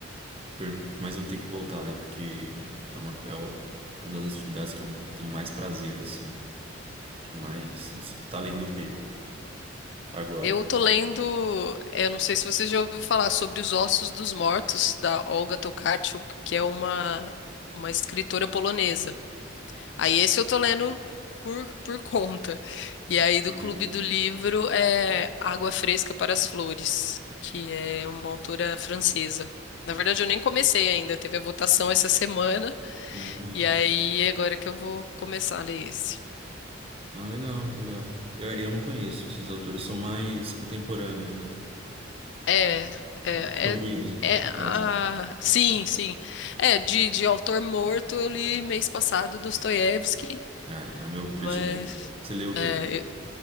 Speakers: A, on the right; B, on the left.
A: pergunto, mas eu tenho que voltar ali, porque é uma, é o- uma das atividades que eu tenho mais prazer, assim. Que mais. não Tá além do que agora.
B: Eu tô lendo, eh, eu não sei se você já ouviu falar sobre Os Ossos dos Mortos, da Olga Tokarczuk, que é uma, uma escritora polonesa. Aí esse eu tô lendo por, por <laughs> conta. E aí do
A: Ah,
B: Clube
A: legal.
B: do Livro é Água Fresca para as Flores, que é uma autora francesa. Na verdade, eu nem comecei ainda, teve a votação essa semana,
A: Ah, legal.
B: e aí agora que eu vou começar a ler esse.
A: Ah, legal, legal. É, Eu, não conheço, esses autores são mais contemporâneos, né?
B: É,
A: São,
B: é,
A: estão
B: é,
A: vivos, né? <laughs>
B: é
A: No
B: ah,
A: caso.
B: sim, sim. É, de, de autor morto eu li mês passado Dostoiévski,
A: Ah, é o meu predileto.
B: mas
A: Você leu o
B: é,
A: quê?